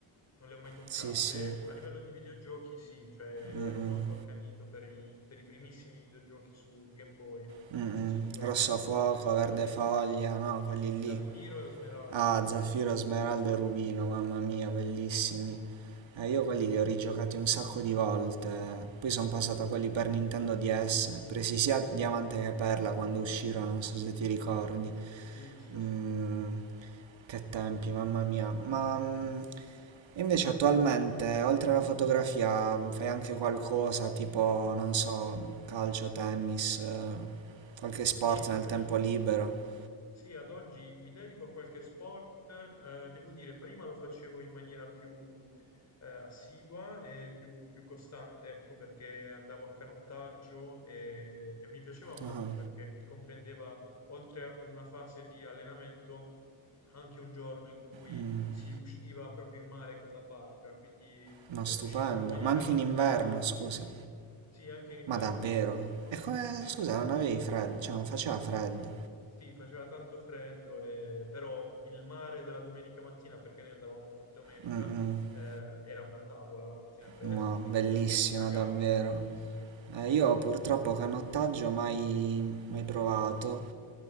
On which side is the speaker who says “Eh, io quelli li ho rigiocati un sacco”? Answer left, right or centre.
Right